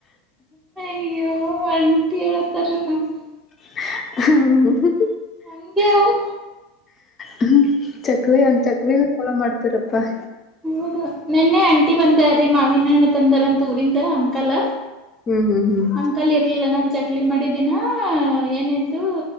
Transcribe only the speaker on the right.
ಅಯ್ಯೋ... <inaudible> ಹೇಳತಾರ ನನ್.. <inaudible>
ಹಂಗಗೆವು.. <inaudible>
ಹೌದು ನೆನ್ನೆ ಆಂಟಿ ಬಂದೀ ಮಾವಿನಣ್ಣ ತಂದಾರಂತ ಊರಿಂದ ಅಂಕಲ.. <unintelligible>
ಅಂಕಲ್ ಇರ್ಲಿಲ್ಲ ನಾನ್ ಚ.. <inaudible> ಮಾಡಿದ್ದೀಿನ.. <inaudible> ಏನಾಯತು